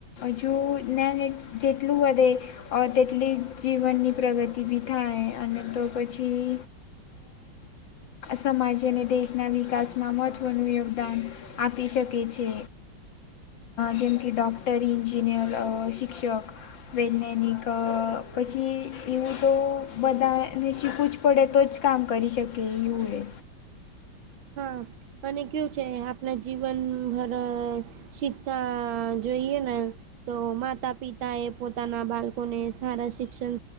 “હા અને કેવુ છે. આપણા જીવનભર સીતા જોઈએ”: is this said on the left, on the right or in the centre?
Right